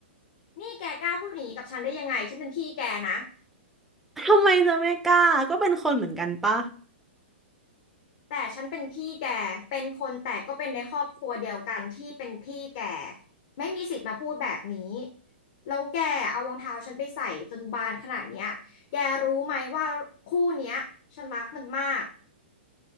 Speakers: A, on the left; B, in the centre.
A: นี่แกกล้าพูดอย่างนี้กับฉันได้ยังไงฉันเป็นพี่แกนะ
B: ทำไมจะไม่กล้าก็เป็นคนเหมือนกันปะ
A: แต่ฉันเป็นพี่แกเป็นคนแต่ก็เป็นในครอบครัวเดียวกันที่เป็นพี่แกไม่มีสิทธิ์มาพูดแบบนี้แล้วแกเอารองเท้าฉันไปใส่จนบานขนาดเนี้ยแกรู้ไหมว่าคู่เนี้ยฉันรักมันมาก